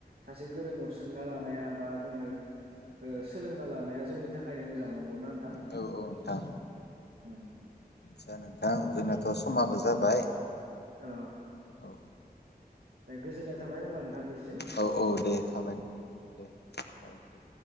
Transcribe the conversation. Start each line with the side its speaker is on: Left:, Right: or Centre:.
Right: सासे गोरोंनियाव सोंना लानाया बा जोङो सोलोंना लानाया जोंनि थाखायनो मोजां नंगौना नोंथां?
Left: औ औ नोंथां
Right: उम
Left: जानागौ दा जोंनाथ' समाबो जाबाय।
Right: अ
Left: औ
Right: दे गोजोन्नाय थाबाय होमबा नोंथांनिसिम।
Left: औ औ दे थाबाय दे औ दे।